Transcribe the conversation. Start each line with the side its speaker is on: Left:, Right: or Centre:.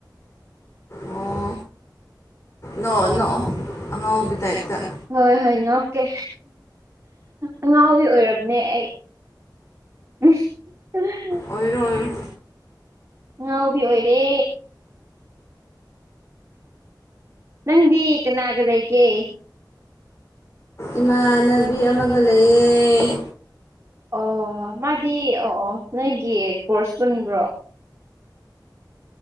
Left: ꯑꯣ ꯅꯣ ꯅꯣ ꯑꯉꯧꯕꯤ ꯇꯥꯏꯞꯇ
Right: ꯍꯣꯏ ꯍꯣꯏ ꯉꯣꯛꯀꯦ ꯑꯉꯥꯎꯕꯤ ꯑꯣꯏꯔꯕꯅꯦ ꯑꯩ ꯎ <unintelligible> <inaudible>
Left: ꯑꯣꯏꯔꯣ ꯑꯣꯏꯔꯣ
Right: ꯉ ꯉꯥꯎꯕꯤ ꯑꯣꯏꯔꯦ ꯅꯪꯗꯤ ꯀꯅꯥꯒꯗꯒꯦ
Left: ꯏꯃꯥꯟꯅꯕꯤ ꯑꯃꯒ ꯂꯩꯌꯦ
Right: ꯑꯣ ꯃꯥꯗꯤ ꯑꯣ ꯑꯣ ꯅꯣꯏꯒꯤ ꯀꯣꯔꯁ ꯄꯨꯟꯕ꯭ꯔꯣ